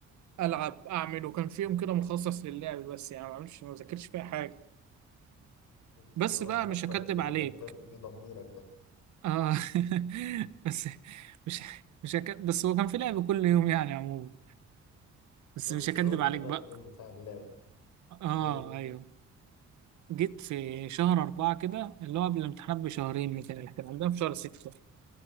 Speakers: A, on the right; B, on the left.
A: ألعب أعمل وكان في يوم كده مخصص للعب بس يعني ما بعملش ما بذاكرش فيها حاجة بس
B: اللي هو
A: بقى
B: عارفه
A: مش هكدب
B: انا اليوم
A: عليك
B: اللي بترضي بيه ضميرك ده
A: آه <laughs> بس مش مش هكدب بس هو كان في لعب كل يوم يعني عموما بس
B: لا
A: مش
B: بس
A: هكدب
B: اللي هو ده
A: عليك
B: بقى
A: بقى
B: اليوم بتاع اللعب
A: آه
B: ايه
A: أيوه جيت في شهر أربعة كده اللي هو قبل الامتحانات بشهرين مثلا كان عندنا في شهر ستة